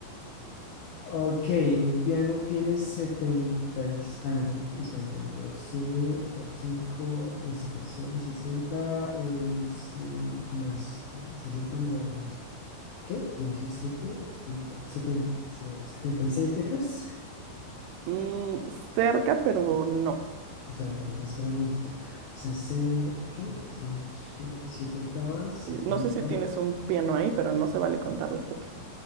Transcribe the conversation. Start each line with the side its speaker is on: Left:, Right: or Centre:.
Left: Ok, un piano tiene 70 y- A ver, espérate. doce por 5, esto por 6, 60 es, eh, sí, más. sesenta más. ¿Qué? Yo dije 7, 76 teclas.
Right: Mm, cerca, pero no.
Left: Espera, espera, entonces, espera un momentito. CC, ¿qué? Son si, 7 octavas, setenta
Right: Eh, No sé si tienes un piano ahí, pero no se vale contar las teclas.